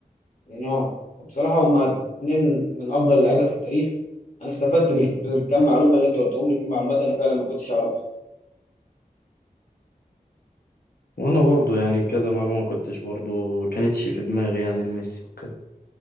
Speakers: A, on the left; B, on the left.
A: اه بصراحة هما اتنين من أفضل اللعيبة في التاريخ أنا استفدت بال- بالكم معلومة اللي أنت قلتهم لي في معلومات أنا فعلا ما كنتش أعرفها
B: وأنا برضو يعني كذا معلومة كنتش برضو كانتش في دماغي يعني لميسي وكده